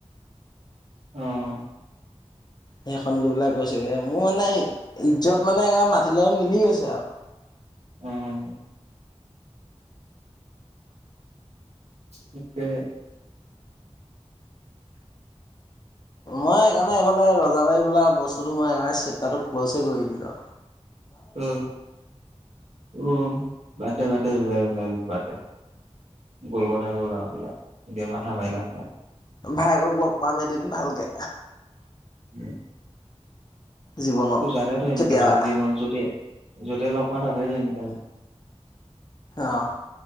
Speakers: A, on the right; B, on the left.
A: অহ।
B: সেই সংগী বিলাক গৈছেগে মোৰ মানে এই। ইজ্জত মানে, এয়া মাটিৰ লগত মিলি গৈছে আৰু।
A: উম। ঠিকে।
B: মই সেইকাৰণে, এইফালে ৰজাবাৰী বোলা বস্তুটো মই সেইকাৰণে চেপটাৰটো ক্ল'চ এ কৰি দিলো।
A: উ, উম, বাদ দে বাদ। গ'ল কথা গ'ল আৰু এতিয়া মাথা মাৰি লাভ নাই।
B: ভায়েকক লগ পাম এদিন ভালকে।
A: উম।
B: জীৱনত
A: তুজাৰে ত একালা
B: কেতিয়াবা
A: জীৱন যুটী য'তেই লগ পাওঁ, তাতে ধে পালা।
B: অ